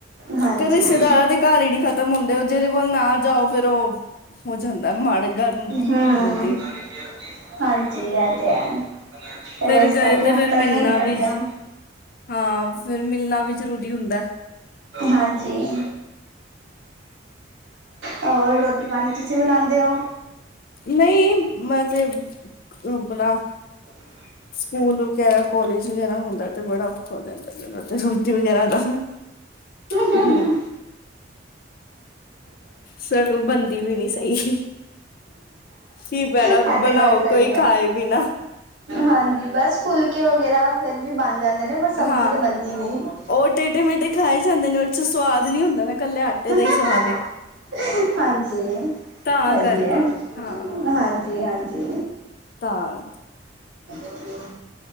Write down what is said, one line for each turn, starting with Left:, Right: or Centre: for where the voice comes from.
Right: ਹਾਂਜੀ
Left: ਤੇ ਰਿਸ਼ਤੇਦਾਰਾਂ ਦੇ ਘਰ ਹੀ ਨੀ ਖਤਮ ਹੁੰਦੇ ਉਹ ਜਿਹ। ਲ ਨਾ ਜਾਓ ਫੇਿਰ ਉਹ ਹੋ ਜਾਂਦਾ ਮਾੜੇ ਗਰਮ
Right: ਹਮ
Left: ਹੋ ਜਾਂਦੀ ਹੈ।
Right: ਹਾਂਜੀ ਹਾਂਜੀ। ਤੇ
Left: ਫੇਰ
Right: ਇਸ
Left: ਗਏ
Right: ਕਰਕੇ
Left: ਤੇ
Right: ਹਫ਼ਤਾ
Left: ਫੇਰ
Right: ਹੀਵੇਂ
Left: ਮਿਲਣਾ
Right: ਨਿਕਲ
Left: ਵੀ
Right: ਗਿਆ
Left: ਹਾਂ ਫੇਰ ਮਿਲਣਾ ਵੀ ਜ਼ਰੂਰੀ ਹੁੰਦਾ
Right: ਹਾਂਜੀ। <inaudible> ਹੋਰ ਰੋਟੀ ਪਾਣੀ ਬਣਾਉਂਦੇ ਹੋ?
Left: ਨਹੀਂ ਮੈ‌ ਤੇ ਆਪਣਾ।
Right: <unintelligible> ਅੱਛਾ‌।
Left: ਸਕੂਲ ਵਗੈਰਾ ਕਾਲਜ ਵਗੈਰਾ ਹੁੰਦਾ ਤੇ ਬੜਾ ਔਖਾ ਹੋ ਜਾਂਦਾ ਮੈਨੂੰ ਤੇ ਰੋਟੀ ਵਗੈਰਾ ਦਾ ਹੂੰ
Right: ਹਾਂਜੀ।
Left: ਸੜੋ ਬਣਦੀ ਵੀ ਨੀ ਸਹੀ ਕੀ ਬੈਣਾ
Right: <unintelligible> ਹੈ ਤੇ
Left: ਬਣਾਓ
Right: ਗੱਲ ਸਹੀ
Left: ਕੋਈ
Right: ਏ।
Left: ਖਾਏ ਵੀ ਨਾ
Right: ਹਾਂਜੀ ਬਸ ਫੁਲਕੇ ਵਗੈਰਾ ਫੇਰ ਵੀ ਬਣ ਜਾਂਦੇ ਨੇ ਪਰ ਸਬਜ਼ੀ
Left: ਹਾਂ
Right: ਤਾਂ ਬਣਦੀ ਨਹੀਂ।
Left: ਉਹ ਟੇਢੇ ਮੇਢੇ ਖਾ ਜਾਂਦੇ ਨੇ ਉਹ ਚ ਸਵਾਦ। ਨੀ ਹੁੰਦਾ।
Right: <unintelligible>
Left: ਕੱਲੇ ਆਟੇ ਦਾ ਹੀ ਸਵਾਦ ਏ
Right: ਹਾਂਜੀ ਹੈ
Left: ਤਾਂ ਕਰਕੇ
Right: ਵੀ ਹੈ
Left: ਹਾਂ
Right: ਹਾਂਜੀ ਹਾਂਜੀ।
Left: ਤਾਂ
Right: ਜ